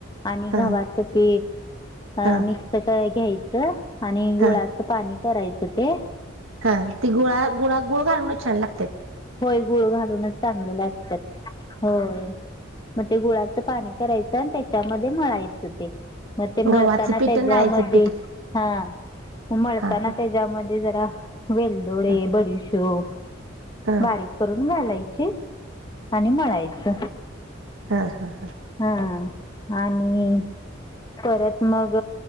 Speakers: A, on the left; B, on the right.
A: आणि
B: हा
A: गव्हाचं पीठ अ
B: हा
A: मिक्स घ्यायचं आणि गुळाचं
B: हा
A: पाणी करायचं ते
B: हा ती गुळा गुळा गुळ घालून छान लागतात
A: होय गुळ घालूनच चांगलं लागतात होय मग ते गुळाचं पाणी करायचं आणि त्याच्यामध्ये मळायचं ते मग ते म्हणताना
B: गव्हाचं पीठ
A: त्याच्यामध्ये
B: आणि डाळीचं पीठ
A: हा उमळताना
B: हा हा
A: त्याच्यामध्येध्ये जरा वेलदोडे
B: हा
A: बडीशोप
B: हा
A: बारीक करून घालायचे आणि मळायच
B: हा हा हा
A: हा आणि परत मग